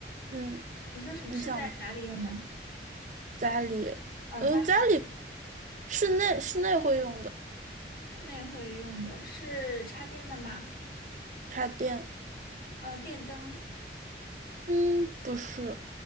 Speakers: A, on the right (about 45°); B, on the left (about 60°).
A: 嗯，
B: 你说什么是在哪里用的？
A: 你想吗家里，
B: 哦，
A: 嗯，
B: 家。
A: 家里室内室内会用的
B: 室内会用的是插电的吗？
A: 插电，
B: 呃，电灯
A: 嗯，不是